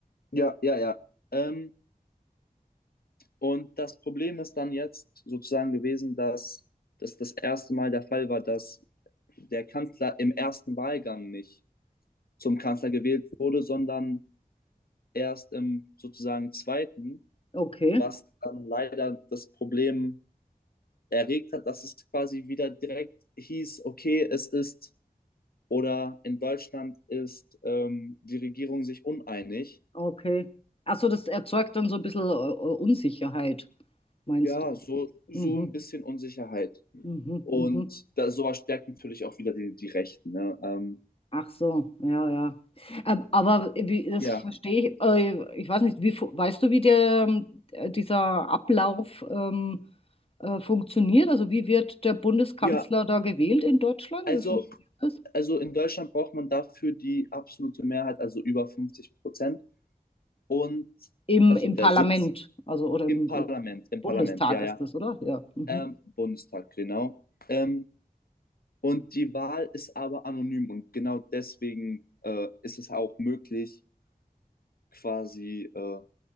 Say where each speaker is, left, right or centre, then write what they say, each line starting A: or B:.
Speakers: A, on the left; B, on the left.
A: Ja, ja, ja. Ähm, und das Problem ist dann jetzt sozusagen gewesen, dass das das erste Mal der Fall war, dass der Kanzler im ersten Wahlgang nicht zum Kanzler gewählt wurde, sondern erst im sozusagen zweiten,
B: Okay.
A: was dann leider das Problem erregt hat, dass es quasi wieder direkt hieß, okay, es ist Oder in Deutschland ist ähm, die Regierung sich uneinig.
B: Okay. Also das erzeugt dann so ein bisschen äh, äh, Unsicherheit, meinst
A: Ja,
B: du?
A: so, so
B: Mhm,
A: ein bisschen Unsicherheit.
B: mhm,
A: Und
B: mhm.
A: da, sowas stärkt natürlich auch wieder die, die Rechten. Ne? Ähm,
B: Ach so, ja, ja. Ähm, aber wie, das
A: ja,
B: verstehe ich, äh, ich weiß nicht, wie, fu- weißt du, wie der, ähm, dieser Ablauf ähm, äh, funktioniert? Also wie wird der Bundeskanzler
A: ja,
B: da gewählt in Deutschland?
A: also,
B: Wie funktioniert das?
A: also in Deutschland braucht man dafür die absolute Mehrheit, also über 50 Prozent. Und
B: Im,
A: also
B: im
A: der
B: Parlament,
A: Sitz
B: also oder im
A: im Parlament, im
B: Bundestag
A: Parlament, ja,
B: ist
A: ja,
B: das, oder? Ja. Mhm.
A: ähm, Bundestag, genau. Ähm, und die Wahl ist aber anonym und genau deswegen äh, ist es auch möglich, quasi, äh,